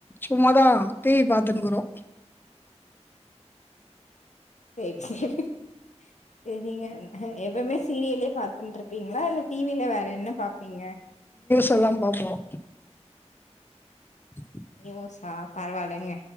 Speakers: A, on the left; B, on the left.
A: சும்மாதான் டிவி பார்த்தனுங்கறோம்
B: சரிக்கு <inaudible> சரிங்க எப்பவுமே சீரியலே பார்த்த பிருப்பீங்களா இல்ல டிவில வேற என்ன பாப்பீங்க
A: எல்லாம் பாப்போம் <inaudible>
B: யோசா பரவாயில்லைங்க